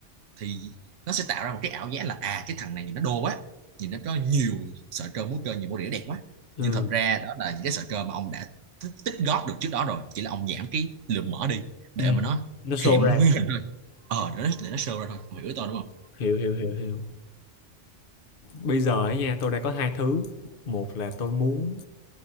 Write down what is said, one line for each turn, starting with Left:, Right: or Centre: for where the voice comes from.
Right: thì nó sẽ tạo ra một cái ảo giác là à cái thằng này nhìn nó đô quá nhìn nó có nhiều sợi cơ múa cơ nhiều body nó đẹp quá
Left: ừ
Right: nhưng thật ra đó là những cái sợi cơ mà ông đã tích, tích góp được trước đó rồi chỉ là ông giảm cái lượng mỡ đi để
Left: ừ
Right: mà nó
Left: nó show
Right: hiện
Left: ra
Right: nguyên hình thôi ờ để nó để nó show ra thôi ông hiểu ý tôi đúng không
Left: hiểu hiểu hiểu hiểu bây giờ ấy nha tôi đã có hai thứ một là tôi muốn